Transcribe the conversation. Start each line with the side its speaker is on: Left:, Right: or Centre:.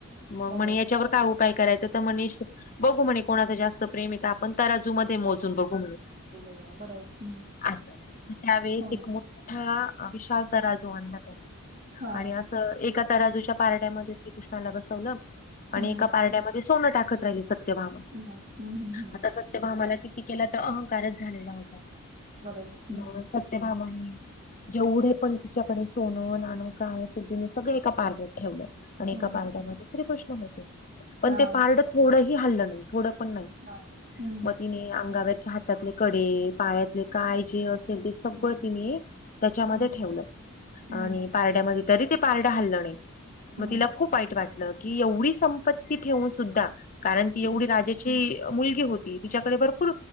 Left: मग
Right: बरोबर
Left: म्हणे याच्यावर काय उपाय करायचं, तर म्हणे श्री बघू म्हणे कोणाच जास्त प्रेम आहं तर आपण तराजू मध्ये मोजून बघू म्हणे.
Right: ते बघूया बरोबर हं
Left: असं म त्यावेेळेस
Right: हो
Left: एक मोठ ठा विशाल तराजू आणला त्यांनी
Right: हां
Left: आणि आ एका तराजूच्या पारड्यामध्ये श्रीकृष्णाला बसवलं.
Right: हं
Left: आणि एका पारड्यामध्ये सोनं टाकत राहिली सत्यभामा
Right: हं हं हं हं
Left: आता सत्यभामाला कि किती केल तर अहंकारच झालेला होता
Right: बरोबर हं
Left: म सत्यभामाणे, जेवढे पण तिच्याकडे सोनं नाणं काय असेल तिने सगळं एका पारड्यात ठेवलं. आणि
Right: हं
Left: एका पारडामध्ये
Right: हं
Left: श्री कृष्ण होते पण
Right: हां
Left: ते पारड थोडंही हालंल नाही थोडं पण नाही
Right: हां हं
Left: मग तीने अंगावरचे हातातले कडे पाया. काय जे असेल ते सगळ
Right: हं
Left: तिनि सगळं त्याच्यामध्ये
Right: हं
Left: ठेवलं
Right: हं
Left: आणि पारड्यामध्ये तरी ते पारड हल्लं नाही
Right: हं
Left: मग तिला खूप वाईट वाटलं. मी की एवढी संपत्ती ठेवून सुद्धा कारण
Right: हं
Left: ती एवढी राजा. चि मुलगी होती तिच्याकडे भरपूर.